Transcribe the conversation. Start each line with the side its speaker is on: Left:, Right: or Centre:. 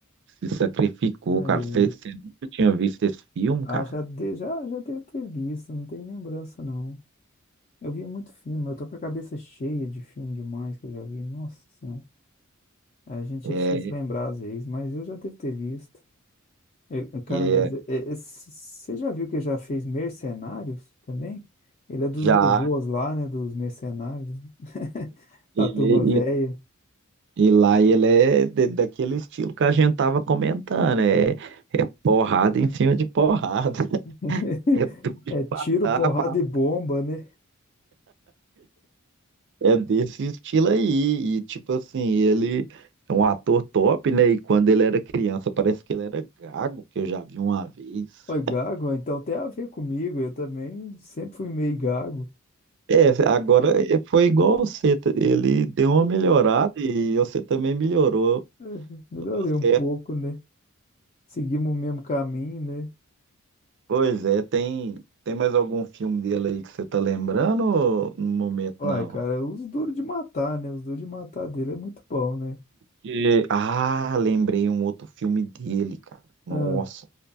Right: Se sacrificou,
Left: né?
Right: cara.
Left: E-
Right: Você nunca tinha visto esse filme,
Left: ah,
Right: cara?
Left: já, de, já, já devo ter visto, não tem lembrança não. Eu via muito filme, eu tô com a cabeça cheia de filme demais que eu já vi. Nossa Senhora, É, a gente
Right: É,
Left: é difícil lembrar às vezes, mas eu já devo ter visto. É, é, cara,
Right: é,
Left: mas é- é- é- você já viu que já fez Mercenários também? Ele é dos
Right: já.
Left: vovôs lá, né? Dos mercenários. <laughs>
Right: Ele,
Left: A turma velha.
Right: E lá ele é de- daquele estilo que a gente tava comentando, é, é porrada em cima de porrada, <laughs>
Left: <laughs>
Right: é duro de
Left: É tiro,
Right: matar,
Left: porrada
Right: mas
Left: e bomba, né?
Right: é desse estilo aí. E tipo assim, ele é um ator top, né? E quando ele era criança, parece que ele era gago, que eu já vi uma vez.
Left: Oi, gago, então tem a ver comigo. Eu também sempre fui meio gago.
Right: É, agora é- foi igual você, tá? ele deu uma
Left: Hum.
Right: melhorada e você também melhorou,
Left: Uhum, <laughs> Melhorei
Right: tá tudo
Left: um
Right: certo.
Left: pouco, né? Seguimos o mesmo caminho, né?
Right: Pois é, tem, tem mais algum filme dele aí que você tá lembrando ou no momento
Left: Olha,
Right: não?
Left: cara, os duros de matar, né? Os duros de matar dele é muito bom, né?
Right: Que- Ah, lembrei um outro filme dele, cara. Nossa,
Left: Ah,